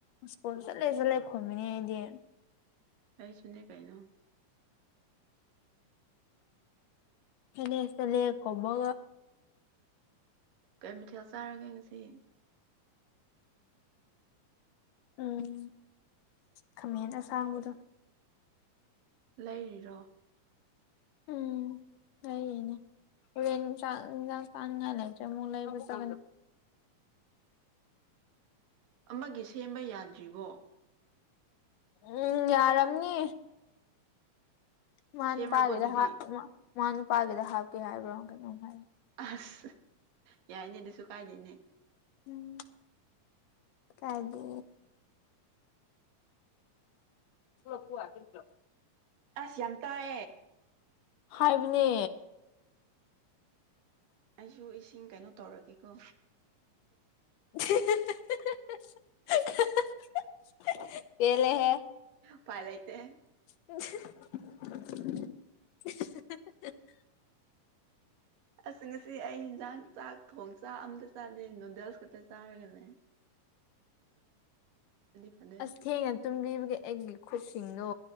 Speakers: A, on the left; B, on the right.
A: ꯁ꯭ꯀꯣꯜ ꯆꯠꯂꯦ ꯆꯠꯂꯦ ꯈꯨꯝꯃꯤꯅꯤ ꯑꯩꯗꯤ
B: ꯀꯩꯁꯨꯅꯤ ꯀꯥꯏꯩꯅꯣ
A: ꯍꯅꯤ ꯆꯦ ꯈꯃ
B: ꯀꯩ ꯃꯊꯦꯜ ꯆꯥꯔꯒꯦ ꯉꯁꯤ
A: ꯎꯝ ꯈꯥꯃꯦꯟ ꯑꯁꯥꯡꯕꯗꯣ
B: ꯂꯩꯔꯤꯔꯣ
A: ꯎꯝ ꯁꯩꯅꯦ ꯆ ꯆꯂ ꯃꯂꯕꯨ ꯁ
B: ꯑꯃꯒꯤ ꯁꯦꯝꯕ ꯌꯥꯗ꯭ꯔꯤꯕꯣ
A: ꯎꯝ ꯌꯥꯔꯝꯅꯤ ꯃꯥ
B: ꯁꯦꯝꯔꯕꯣ
A: ꯅꯨꯄꯥꯒꯤꯗ
B: ꯑꯗꯨꯗꯤ
A: ꯃꯥ ꯅꯨꯄꯥꯒꯤꯗ ꯍꯥꯞꯀꯦ ꯍꯥꯏꯕ꯭ꯔꯣ ꯀꯩꯅꯣꯝ ꯍꯥꯏꯦ
B: ꯑꯁ ꯌꯥꯏꯅꯦ ꯑꯗꯨꯁꯨ ꯀꯥꯏꯗꯦꯅꯦ
A: ꯎꯝ ꯀꯥꯏꯒꯤ ꯂꯗ
B: ꯑꯁ ꯌꯝꯇꯑ
A: ꯍꯥꯏꯥꯏꯕꯅꯦ
B: ꯑꯩꯁꯨ ꯏꯁꯤꯡ ꯀꯩꯅꯣ ꯇꯧꯔꯒꯦꯀꯣ
A: <unintelligible> ꯄꯦꯂꯦ ꯍꯦ
B: ꯄꯥꯏꯂꯇꯦ
A: <inaudible>
B: ꯑꯁ ꯉꯁꯤ ꯑꯩ ꯌꯦꯟꯖꯥꯡ ꯆꯥꯛ ꯊꯣꯡ ꯆꯥꯛ ꯑꯝꯗ ꯆꯥꯗꯤ ꯅꯨꯗꯜꯁ ꯀꯇ ꯆꯥꯔꯒꯅꯦ ꯐꯗꯣꯏꯅꯦ
A: ꯑꯁ ꯊꯦꯡꯅ ꯇꯨꯝꯕꯤꯕꯒꯦ ꯑꯩꯒꯤ ꯈꯨꯠꯁꯤꯡꯗꯣ